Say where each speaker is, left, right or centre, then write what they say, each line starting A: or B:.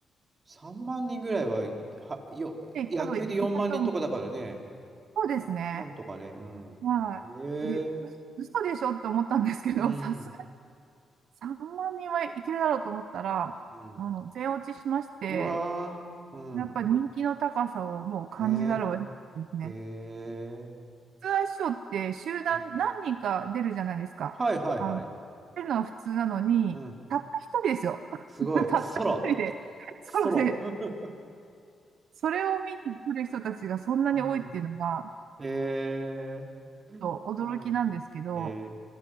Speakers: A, on the right; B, on the right.
A: 3万人ぐらいは、は、よ、
B: え、多分、
A: 野球で4万人とかだからね。
B: いたと思う。そうですね。
A: 3万とかね。うん。
B: はい。
A: へ
B: で、う
A: え
B: 嘘でしょって思ったんですけど、
A: うん。
B: <laughs> さすがに3万人はいけるだろうと思ったら、
A: うん。
B: あの、全落ちしまして、
A: うわー。うん。
B: やっぱ人気の高さをもう感じざるを得なかったですね。
A: ねえ。へえ。
B: 普通は師匠って集団何人か出るじゃないですか。
A: うん。はいはいはい。
B: あの、出るのは普通なのに、
A: うん。
B: たった一人ですよ。<laughs>
A: すごい。
B: たった一人で、
A: ソロ。<laughs>
B: ソロで、
A: ソロ。<laughs>
B: それを見に来る人たちがそんなに多いっていうのが、
A: うん。えー。
B: ちょっと驚きなんですけど、
A: うん。え